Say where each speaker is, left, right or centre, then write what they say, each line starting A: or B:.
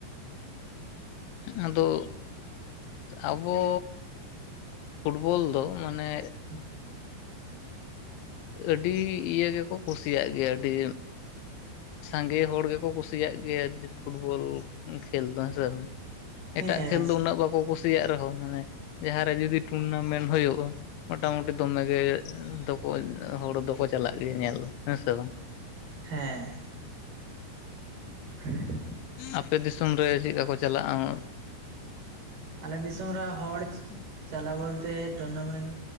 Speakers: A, on the left (about 85°); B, on the right (about 60°).
A: ᱟᱫᱚ ᱟᱵᱚ, ᱯᱷᱩᱴᱵᱚᱞ ᱫᱚ ᱢᱟᱱᱮ,
B: <inaudible>
A: ᱟᱹᱰᱤ ᱤᱭᱟᱹ ᱜᱮ ᱠᱚ ᱠᱩᱥᱤᱭᱟᱜ ᱜᱮᱭᱟ ᱟᱹᱰᱤ ᱥᱟᱸᱜᱮ ᱦᱚᱲ ᱜᱮ ᱠᱚ ᱠᱩᱥᱤᱭᱟᱜ ᱜᱮᱭᱟ, ᱪᱮᱹ ᱩᱸ 'ᱯᱷᱩᱴᱵᱚᱞ' ᱠᱷᱮᱞ ᱫᱚ ᱦᱮᱸ ᱥᱮ ᱵᱟᱝ!
B: ᱦᱮᱸ
A: ᱮᱴᱟᱜ ᱠᱷᱮᱞ ᱫᱚ ᱩᱱᱟᱹᱜ ᱵᱟ ᱠᱚ ᱠᱩᱥᱤᱭᱟᱜ ᱨᱮᱦᱚ, ᱢᱟᱱᱮ ᱡᱟᱦᱟ ᱨᱮ ᱡᱩᱫᱤ ᱴᱩᱱᱱᱟ ᱢᱮᱱ ᱦᱳᱭᱳᱜᱼᱟ, ᱢᱚᱴᱟ-ᱢᱩᱴᱤ ᱫᱚᱢᱮ ᱜᱮ ᱮᱸ ᱫᱚᱠᱚ, ᱚᱸ ᱦᱚᱲ ᱫᱚᱠᱚ ᱪᱟᱞᱟᱜ ᱜᱮᱭᱟ ᱧᱮᱞ ᱦᱮᱸ ᱥᱮ ᱵᱟᱝ!
B: ᱦᱮᱸ, <inaudible>
A: ᱟᱯᱮ ᱫᱤᱥᱚᱢ ᱨᱮ ᱪᱮᱜ ᱠᱟ ᱠᱚ ᱪᱟᱞᱟᱜᱼᱟ? ᱚᱸ
B: ᱟᱞᱮ ᱫᱤᱥᱚᱢ ᱨᱮ ᱦᱚᱲ ᱪᱟᱞᱟᱣ ᱵᱚᱞ ᱛᱮ ᱴᱩᱱᱱᱟ ᱢᱮᱱ